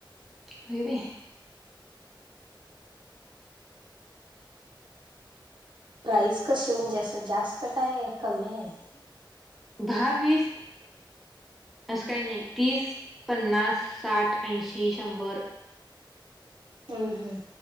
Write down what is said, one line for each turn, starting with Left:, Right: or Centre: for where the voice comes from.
Centre: होवे.
Right: प्राईस कशी म्हणजे असं जास्त काय आहे कमी आहे.
Centre: दहावीीस असं काही नाही तीस पन्नास साठ ऐंशी शंभर
Right: हम् हम्.